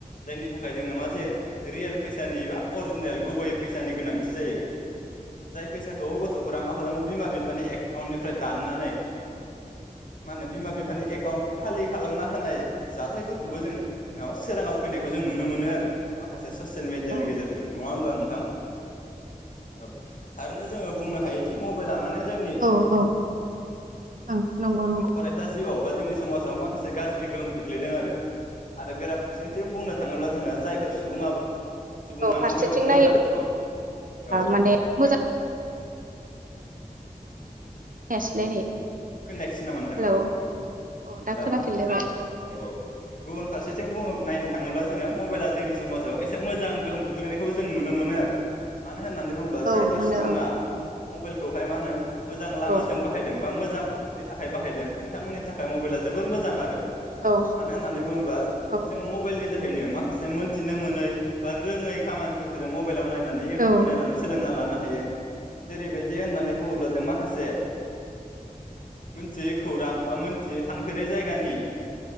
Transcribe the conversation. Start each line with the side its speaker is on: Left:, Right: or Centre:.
Left: जायनि थाखाय जोंनो मा जायो रियेल फैसानि एबा अरिजिनेल गुबैयै फैसानि गोनांथि जायो जाय फैसाखौ गथ'फोरा मा खालामो बिमा बिफानि एकाउन्टनिफ्राय दाननानै मा होनो बिमा बिफानि एकाउन्टखौ खालि खालामना होनाय जाथायफोरखौबो जों ना <unintelligible> सोराङाव फैनायखौ जों नुनो मोनो आरो। माखा से ससियेल मिडियानि
Right: औ
Left: गेजेरजोंनो नङा होनब्ला नों थां औ थारैनो जो बुंनो हायोदि मबेला माने जोंनि
Right: औ औ ओं नंगौ नंगौ।
Left: फरायसा जिउआव बा जोंनि समाजाव माखासे गाज्रि गोहोम खोख्लैदों आरो। आरो बेराफारसेथिं बुंनो थाङोब्ला जोङो जायफोर सुबुङा सुबुङा
Right: औ फारसेथिं
Left: मबाइलखौ मोजां
Right: नायोब्ला
Left: औ औ
Right: माने मोजां जायासैलाय नै
Left: खोनायसै नामा नोंथाङा
Right: हेलौ अ
Left: हेलौ
Right: दा खोनाफिनलायबाय
Left: औ औ गुबुन फारसेथिं बुङो नायनो थाङो ब्ला मबाइला जोंनि समाजाव एसे मोजां गोहोम खोख्लैनायखौ जों नुनो मोनो आरो मानो होननानै बुङोब्ला जायफोर
Right: औ मोनो
Left: सुबुङा
Right: ओं
Left: मबाइलखौहाय मा होनो मोजां लामाजों
Right: औ
Left: बाहायदों बा मोजां नि थाखाय बाहायदों बिथांमोननि थाखाय मबाइला जोबोर मोजां आरो।
Right: औ
Left: मानो होननानै बुङोब्ला
Right: औ
Left: जोङो मबाइलनि जोहैनो मा माखासे मोनथिनो मोनै बा रोङै खामानिफोरखौ जों म मबाइलाव नायनानै इउटुबाव
Right: औ
Left: नायनानै सोलोंना लानो हा हायो जेरैबायदि बिदि होननानै बुङोब्ला जों माखासे मोनथियै खौरां बा मोनथियै थांफेरै जायगानि